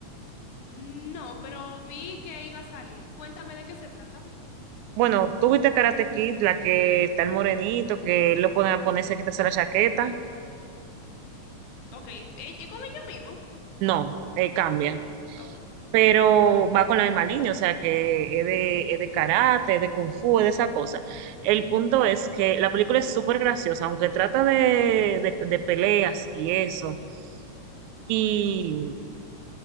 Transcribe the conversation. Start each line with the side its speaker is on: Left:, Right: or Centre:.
Left: No, pero vi que iba a salir. Cuéntame de qué se trata.
Right: Bueno, tú viste Karate Kid, la que está el morenito, que lo pueden ponerse, quitarse la chaqueta.
Left: Ok, ¿e- ¿es con ellos mismos?
Right: No, eh, cambia.
Left: Ok.
Right: pero va con la misma línea, o sea que es de, es de karate, es de kung fu, es de esa cosa. El punto es que la película es súper graciosa, aunque trata de, de, de peleas y eso. Y